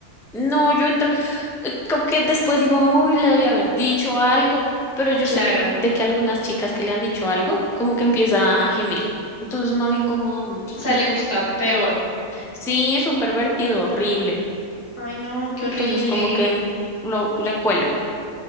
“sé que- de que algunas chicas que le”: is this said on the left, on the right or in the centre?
Centre